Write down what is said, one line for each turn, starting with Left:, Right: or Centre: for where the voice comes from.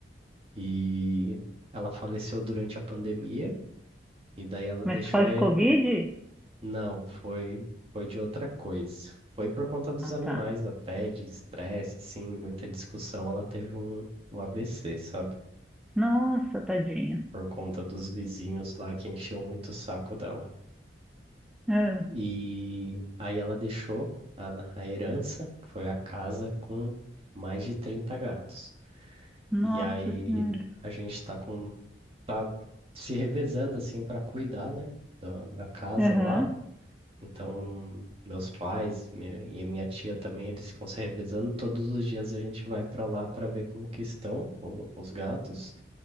Right: E ela faleceu durante a pandemia, e daí ela
Centre: Mas
Right: deixou
Centre: por causa
Right: é,
Centre: de Covid?
Right: não, foi foi de outra coisa. Foi por conta dos
Centre: Ah,
Right: animais
Centre: tá.
Right: até, de estresse, assim, muita discussão, ela teve um, um AVC, sabe?
Centre: Nossa, tadinha.
Right: Por conta dos vizinhos lá que enchiam muito o saco dela.
Centre: Ah,
Right: E aí ela deixou a, a herança, que foi a casa com mais de 30 gatos.
Centre: nossa
Right: E aí
Centre: senhora.
Right: a gente tá com tá se revezando assim para cuidar, né, da, da casa
Centre: Aham.
Right: lá. Então, meus pais minha- e a minha tia também, eles ficam se revezando. Todos os dias a gente vai para lá para ver como que estão o- os gatos.